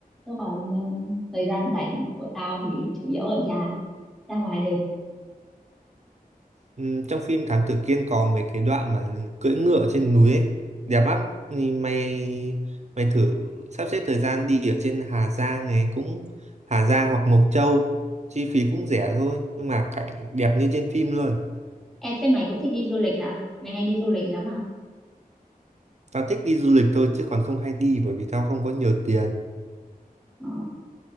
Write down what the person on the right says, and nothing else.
Ừ, trong phim Thám Tử Kiên có mấy cái đoạn mà cưỡi ngựa trên núi ấy, đẹp lắm. Thì mày mày thử sắp xếp thời gian đi ở trên Hà Giang này cũng Hà Giang hoặc Mộc Châu, chi phí cũng rẻ thôi, nhưng mà cảnh đẹp như trên phim luôn.
Tao thích đi du lịch thôi chứ còn không hay đi bởi vì tao không có nhiều tiền.